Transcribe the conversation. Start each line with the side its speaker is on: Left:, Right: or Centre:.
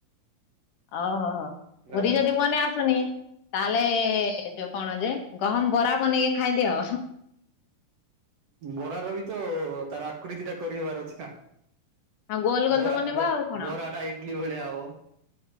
Left: ଓ ହୋ ହୋ
Right: ସେଟା
Left: ପୁରୁରୀ ଯଦି ବନେଇ ଆସୁନି ତାହେଲେ ଯୋଉ କଣ ଯେ ଗହମ ବରା ବନେଇକି ଖାଇଦିଅ।
Right: ବରାର ବି ତ ତାର ଆକୃତିଟା କରିହବାର ଅଛି ନା।
Left: ଆଉ ଗୋଲ ଗୋଲ
Right: ବରା
Left: ତ ବନେଇବ
Right: ବ
Left: ଆଉ କଣ
Right: ବରାଟା ଇଡଲି ଭଳିଆ ହବ।